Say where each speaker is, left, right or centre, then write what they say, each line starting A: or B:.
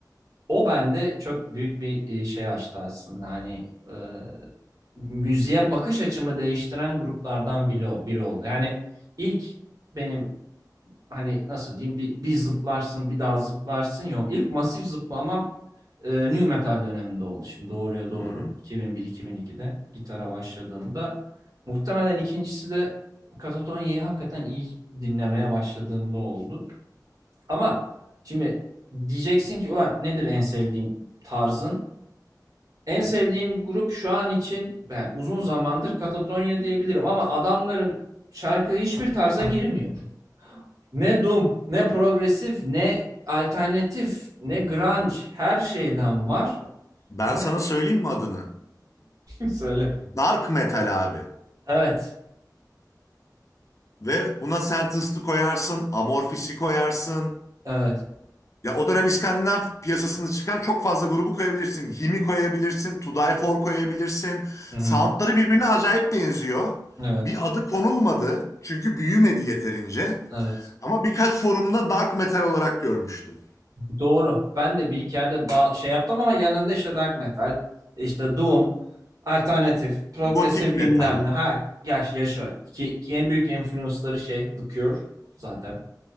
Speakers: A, on the right; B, on the left.
A: O bende çok büyük bir e, şey açtı aslında. Hani e, müziğe bakış açımı değiştiren gruplardan biri, biri oldu. Yani ilk benim hani nasıl diyeyim bir, bir zıplarsın bir daha zıplarsın yok. İlk masif zıplamam e, nu metal döneminde oldu. Şimdi doğruya doğru
B: Hmm.
A: 2001-2002'de gitara başladığımda muhtemelen ikincisi de Katatonya'yı hakikaten iyi dinlemeye başladığımda oldu. Ama şimdi diyeceksin ki ulan nedir en sevdiğin tarzın? En sevdiğim grup şu an için ben uzun zamandır Katatonya diyebilirim ama adamların şarkı hiçbir tarza girmiyor. Ne doom, ne progresif, ne alternatif, ne grunge her şeyden var.
B: Ben
A: Ve
B: sana söyleyeyim mi adını?
A: <laughs> söyle.
B: Dark metal abi.
A: Evet,
B: Ve buna Sentenced'ı koyarsın, Amorphis'i koyarsın,
A: evet.
B: Ya o dönem İskandinav piyasasında çıkan çok fazla grubu koyabilirsin. Himi koyabilirsin, To Die For koyabilirsin.
A: Hı-hı.
B: Soundları birbirine acayip benziyor.
A: Evet,
B: Bir adı konulmadı çünkü büyümedi yeterince.
A: evet.
B: Ama birkaç forumda dark metal olarak görmüştüm.
A: Doğru. Ben de bir iki yerde ba- şey yaptım ama yanında işte dark metal, işte doom, alternatif, progresif
B: Gotik metal.
A: bilmem ne. Ha, yaş yaşa. Ki, ki en büyük influence'ları şey The Cure zaten.